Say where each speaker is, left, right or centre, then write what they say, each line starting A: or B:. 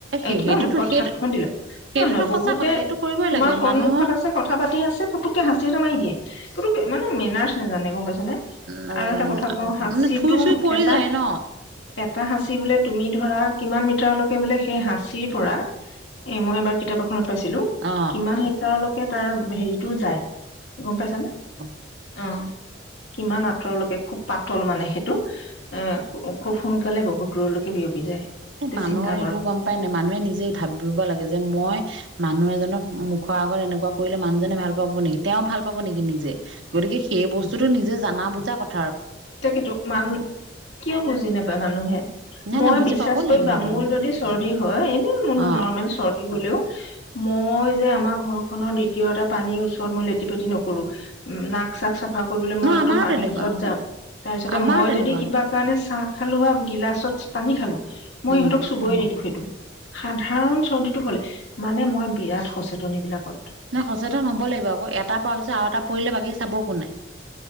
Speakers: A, on the right (about 75°); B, on the left (about 75°).
A: সেই
B: এই কিবা
A: সেইটোতো
B: মুখত
A: সেইটো
B: হাতখন দি লওঁ,
A: সেইটোতো
B: নহ নহয়
A: সঁচা
B: বহুতে
A: কথা সেইটো কৰিবই
B: তোমাৰ
A: লাগে
B: সন্মুখত
A: মানুহক
B: আছে কথা কথা পাতি আছে পুটুকে হাঁচি এটা মাৰি দিয়ে পুটুকে মানে মেনাৰ্চ নাজানে গম পাইছে নে।
A: নাজানো
B: আৰু এটা কথা কওঁ হাঁচিটো
A: মানে থুই চুই পৰি
B: এটা
A: যায় ন
B: এটা সাঁচি বোলে তুমি ধৰা কিমান মিটাৰলৈকে বোলে সেই সাঁচীৰ পৰা এই মই এবাৰ কিতাপ এখনত পাইছিলো।
A: অ
B: কিমান মিটাৰলৈকে তাৰ হেৰিটো যায় গম পাইছানে?
A: <inaudible>
B: অ কিমান আঁতৰলৈকে খুব পাতল মানে সেইটো। এ খুব সোনকালে বহুত দূৰলৈকে বিয়পি যায়। এতিয়া
A: এ মানুহৰ
B: চিন্তা কৰক
A: এইবোৰ গম পাই নাই মানুহে নিজে ভাবিব লাগে যে, মই মানুহ এজনক মুখৰ আগত এনেকুৱা কৰিলে মানুহজনে ভাল পাব নেকি, তেওঁ ভাল পাব নেকি নিজে? গতিকে সেই বস্তুতটো নিজে জানা বুজা কথ
B: তাকেতো মান কিয় বুজি নাপায় মানুহে,
A: নাই
B: মই
A: নাই
B: বেছি
A: বুজি
B: বিশ্বাস
A: পাব লাগিব
B: কৰিবা
A: সেইটো
B: মোৰ যদি চৰ্দি হয় এনেই মোৰ
A: অ
B: নৰ্মেল চৰ্দি হ'লেও মই যে আমাৰ ঘৰখনৰ দ্বিতীয় এটা পানীৰ ওচৰত মই লেটি পেটি নকৰো। নাক চাক চাফা কৰিবলে মই
A: ন
B: একদম
A: আমাৰো
B: পানীৰ
A: তেনেকুৱা
B: ওচৰত যাম। তাৰ পিছতে
A: আমাৰো
B: মই
A: তেনেকুৱা
B: যদি কিবা কাৰণে চাহ খালো আও গিলাচত পানী খালো। মই
A: উম
B: ইহঁতক চুবইে নিদিওঁ সেইটো। সাধাৰণ চৰ্দিটো হলে, মানে মই বিৰাট সচেতন বিলাকত।
A: নাই সচেতন হ'ব লাগিব, আকৌ এটা পিছত আৰু এটা পৰিলে বাকী চাব কোনে।